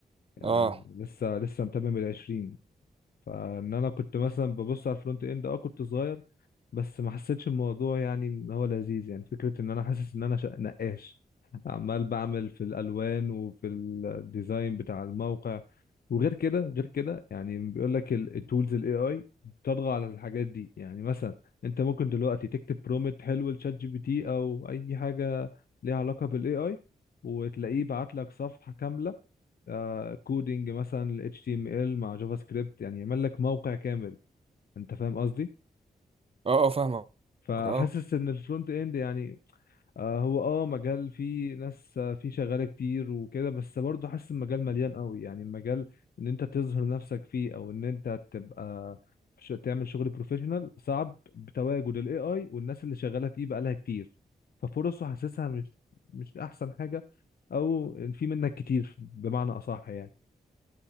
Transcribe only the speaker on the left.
آه
لسه لسه متمم العشرين فان انا كنت مثلا ببص على الفرونت اند اه كنت صغير بس ما حسيتش الموضوع يعني ان هو لذيذ يعني فكرة ان انا حاسس ان انا شا- نقاش عمال بعمل في الالوان وفي الديزاين بتاع الموقع وغير كده غير كده يعني بيقول لك التولز الاي اي بتطغى على الحاجات دي يعني مثلا انت ممكن دلوقتي تكتب برومت حلو لشات جي بي تي او اي حاجة ليها علاقة بالاي اي وتلاقيه بعت لك صفحة كاملة آه كودينج مثلا HTML مع جافا سكريبت يعني يعمل لك موقع كامل انت فاهم قصدي
فحاسس
ان الفرونت اند يعني آه هو اه مجال فيه ناس آه فيه شغاله كتير وكده بس برضه حاسس المجال مليان قوي يعني المجال ان انت تظهر نفسك فيه او ان انت تبقى ش- تعمل شغل بروفيشنال صعب بتواجد الاي اي والناس اللي شغاله فيه بقالها كتير ففرصه حاسسها مش مش احسن حاجه او في منك كتير بمعنى اصح يعني